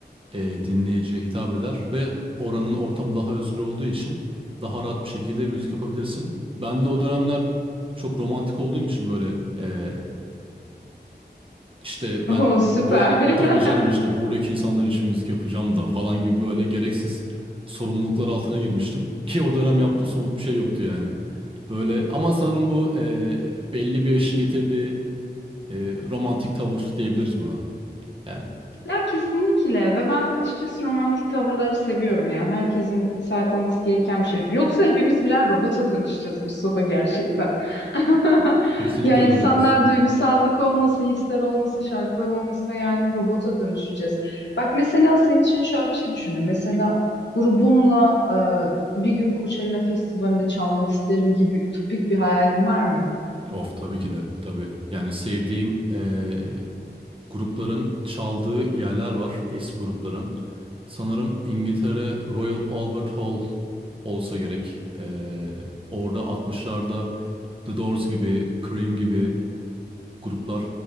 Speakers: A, on the right (about 30°); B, on the left (about 80°).
A: eee, dinleyiciye hitap eder ve oranın ortamı daha özgür olduğu için daha rahat bir şekilde müzik yapabilirsin. Ben de o dönemler çok romantik olduğum için böyle e, işte ben
B: Oh süper.
A: bu
B: <laughs>
A: tabii canım işte buradaki insanlar için müzik yapacağım da falan gibi böyle gereksiz sorumluluklar altına girmiştim. Ki o dönem yaptığım somut bir şey yoktu yani. Böyle ama sanırım bu e, belli bir yaşın getirdiği e, romantik tavır diyebiliriz buna. Yani
B: Ya kesinlikle ve ben açıkçası romantik tavırları seviyorum yani herkesin sahip olması gereken bir şey. Yoksa hepimiz birer robota dönüşeceğiz Mustafa gerçekten. <laughs>
A: kesinlikle
B: Ya insanlar
A: öyle olacağız.
B: duygusallık olmasa, hisler olmasa, şarkılar olmasa yani robota dönüşeceğiz. Bak mesela senin için şöyle bir şey düşünün. Mesela grubumla e, bir gün Coachella Festivali'nde çalmak isterim gibi ütopik bir hayalim var mı?
A: Of tabii ki de tabii. Yani sevdiğim e, Grupların çaldığı yerler var, eski grupların. Sanırım İngiltere Royal Albert Hall olsa gerek. Ee, orada 60'larda The Doors gibi, Cream gibi gruplar